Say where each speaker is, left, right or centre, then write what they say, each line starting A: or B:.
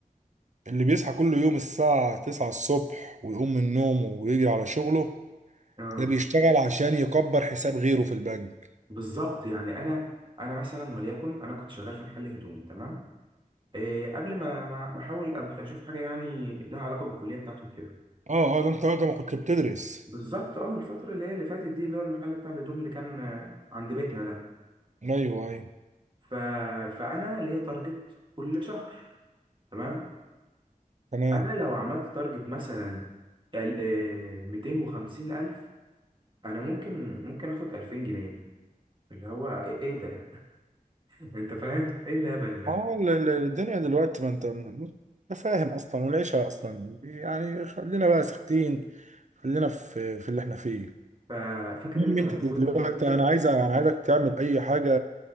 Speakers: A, on the right (about 55°); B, on the right (about 35°).
A: اللي بيصحى كل يوم الساعة 9 الصبح ويقوم من نومه ويجري على شغله
B: اه
A: ده بيشتغل عشان يكبر حساب غيره في البنك
B: بالظبط يعني انا انا مثلا وليكن انا كنت شغال في محل هدوم تمام إيه قبل ما ما ما احاول أب- اشوف حاجه يعني لها علاقه بالكليه بتاعتي وكده
A: اه اه ده انت وقت ما كنت بتدرس
B: بالظبط اه الفتره اللي هي اللي فاتت دي اللي هو المحل بتاع الهدوم اللي كان آه، عند بيتنا ده
A: ايوه ايوه
B: ف... فانا ليا تارجت كل شهر تمام
A: تمام
B: انا لو عملت تارجت مثلا ال- آه، 250 الف انا ممكن ممكن اخد 2000 جنيه اللي هو ايه إيه ده <laughs> انت فاهم ايه الهبل ده
A: اه ال- ال- الدنيا دلوقتي ما انت انت فاهم اصلا والعيشة اصلا يعني خلينا بقى ساكتين خلينا في في اللي احنا فيه
B: ففاكر
A: المهم
B: انت
A: انت
B: لما
A: دلوقتي
B: كنت فاكر
A: انا عايز انا عايزك تعمل اي حاجة